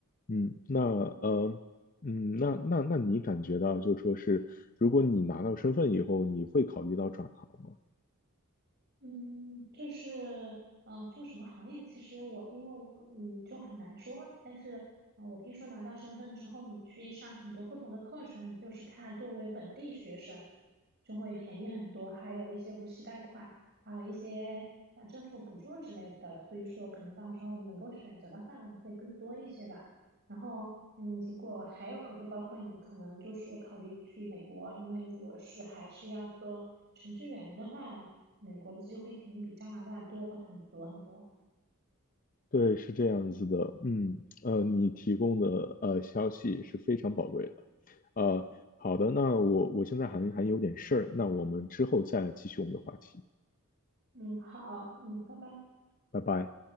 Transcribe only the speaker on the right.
嗯
嗯，就是，嗯、做什么行业？其实我因为我嗯就很难说，但是、呃我听说拿到身份之后，你去上很多不同的课程，就是他作为本地学生就会便宜很多，还有一些无息贷款，还有一些啊、呃政府补助之类的，所以说可能到时候能够选择的范围会更多一些吧。然后，嗯，如果还有就包括你可能就是考虑去美国，因为如果是还是要做程序员的话。美国的机会肯定比加拿大多很多很多。
嗯，好，嗯，拜拜。